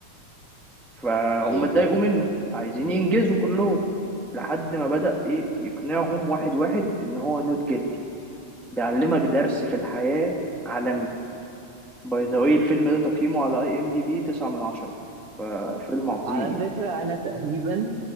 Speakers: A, in the centre; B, on the right.
A: فهم
B: ايوه
A: اتضايقوا منه عايزين ينجزوا كلهم لحد ما بدأ إيه يقنعهم واحد واحد إن هو نوت جيلتي بيعلمك درس في الحياة عالمي باي ذا واي الفيلم ده تقييمه على اي ام دي بي تسعة من عشرة ففيلم عظيم
B: على فكره
A: يعني
B: انا تقريبا